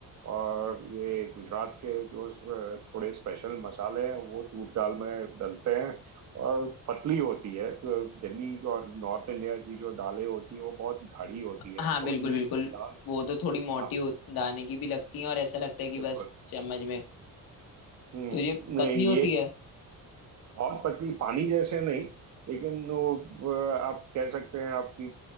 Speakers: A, on the right; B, on the left.
A: और ये गुजरात के जो अ, थोड़े स्पेशल मसाले हैं वो तूर दाल में डलते हैं और पतली होती है तो दिल्ली और नॉर्थ इंडिया की जो दालें होती है वो बहुत गाढ़ी होती है
B: हाँ
A: तो
B: बिल्कुल
A: ये
B: बिल्कुल
A: दाल
B: वो तो थोड़ी मोटी
A: हाँ
B: हो- दाने की भी लगती है और ऐसा लगता है कि
A: बिल्कुल
B: बस चम्मच में
A: हम्म
B: तो ये पतली
A: नहीं
B: होती
A: ये
B: है
A: बहुत पतली पानी जैसे नहीं लेकिन वो वो आप कह सकते हैं आपकी